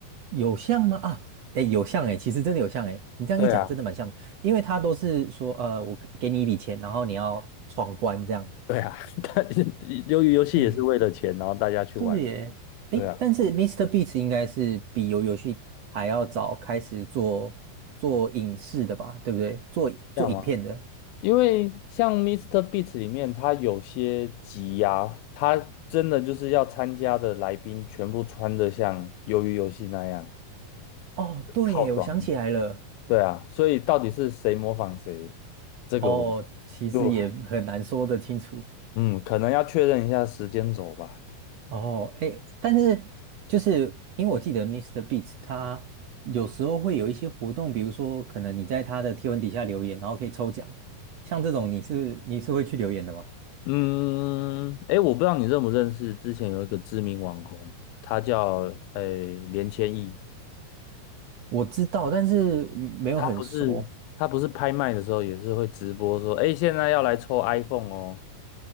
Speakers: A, on the right; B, on the left.
A: 有像吗？啊，哎，有像哎，其实真的有像哎，你这样一讲，
B: 对啊，
A: 真的蛮像的，因为他都是说，呃，我给你一笔钱，然后你要闯关这样。
B: <laughs> 对啊，<laughs> 但鱿鱼游戏也是为了钱，
A: 哎，
B: 然后大家去玩，
A: 对耶，哎，
B: 对啊，
A: 但是 Mr. Beast 应该是比游游戏还要早开始做做影视的吧，对不对？做做影片的。
B: 这样吗？因为像 Mr. Beast 里面，他有些集呀、他真的就是要参加的来宾全部穿的像鱿鱼游戏那样
A: 哦，对耶，
B: 套装，
A: 我想起来了。
B: 对啊，所以到底是谁模仿谁，这个我
A: 哦，其实也很难说得清楚。
B: 就嗯，可能要确认一下时间轴吧。
A: 哦，哎，但是就是因为我记得 Mr. Beats 他有时候会有一些活动，比如说可能你在他的贴文底下留言，然后可以抽奖，像这种你是你是会去留言的吗？
B: 嗯，哎，我不知道你认不认识，之前有一个知名网红，他叫诶连千亿，
A: 我知道，但是没有很熟。
B: 他不是他不是拍卖的时候也是会直播说，哎，现在要来抽 iPhone 哦，